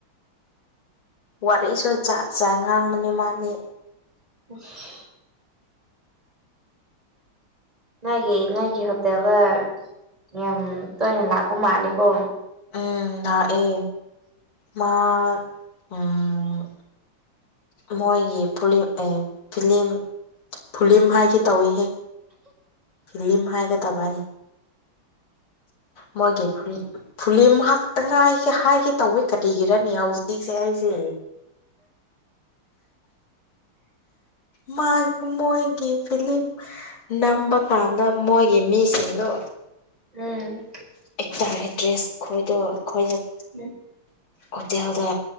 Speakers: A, on the left (about 85°); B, on the right (about 15°).
A: ꯋꯥꯔꯤꯁꯨ ꯖꯠ ꯖꯠ ꯉꯥꯡꯕꯅꯤ ꯃꯥꯗꯤ
B: <inaudible> ꯅꯣꯏꯒꯤ ꯅꯣꯏꯒꯤ ꯍꯣꯇꯦꯜꯗ ꯌꯥꯝ ꯇꯣꯏꯅ ꯂꯥꯛꯄ ꯃꯥꯜꯂꯤꯀꯣ
A: ꯎꯝ ꯂꯛꯑꯦ ꯃꯥ ꯎꯝ ꯃꯣꯏꯒꯤ ꯐꯨꯂꯤꯝ ꯑꯦ ꯐꯤꯂꯤꯝ ꯐꯨꯂꯤꯝ ꯍꯥꯏꯒꯦ ꯇꯧꯏꯍꯦ ꯐꯤꯂꯤꯝ ꯍꯥꯏꯒꯗꯕꯅꯦ ꯃꯣꯏꯒꯤ ꯐꯨꯔꯤꯠ ꯐꯨꯂꯤꯝ ꯍꯥꯛꯇ ꯉꯥꯏꯒꯦ ꯍꯥꯏꯒꯦ ꯇꯧꯋꯦ ꯀꯔꯤꯒꯤꯔꯅꯦ ꯍꯧꯖꯤꯛꯁꯦ ꯑꯩꯁꯦ ꯃꯥꯥꯛ ꯃꯣꯏꯒꯤ ꯐꯤꯂꯤꯝ ꯅꯝꯕ ꯀꯥꯟꯗ ꯃꯣꯏꯒꯤ ꯃꯤꯁꯤꯡꯗꯣ
B: ꯎꯝ
A: ꯑꯦꯛꯇꯔ ꯑꯦꯛꯇ꯭ꯔꯦꯁ ꯈꯣꯏꯗꯣ ꯑꯩꯈꯣꯏꯗ
B: <inaudible>
A: ꯍꯣꯇꯦꯜꯗ